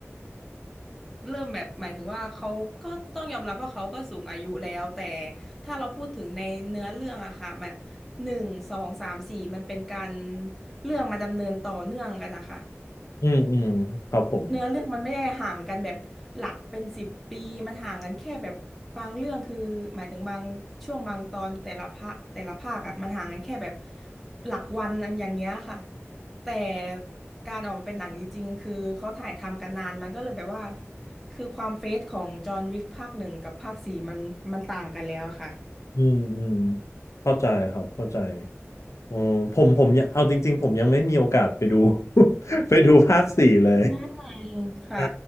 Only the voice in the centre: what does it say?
เริ่มแบบหมายถึงว่าเขาก็ต้องยอมรับว่าเขาก็สูงอายุแล้วแต่ถ้าเราพูดถึงในเนื้อเรื่องอะค่ะมันหนึ่งสองสามสี่มันเป็นการเรื่องมาดำเนินต่อเนื่องกันอะค่ะ
เนื้อเรื่องมันไม่ได้ห่างกันแบบหลักเป็นสิบปีมันห่างกันแค่แบบบางเรื่องคือหมายถึงบางช่วงบางตอนแต่ละภาคแต่ละภาคอ่ะมันห่างกันแค่แบบหลักวันอันอย่างเงี้ยค่ะแต่การออกมาเป็นหนังจริงๆคือเขาถ่ายทำกันนานมันก็เลยแบบว่าคือความเฟสของจอห์นวิกภาคหนึ่งกับภาคสี่มันมันต่างกันแล้วค่ะ
อืมค่ะ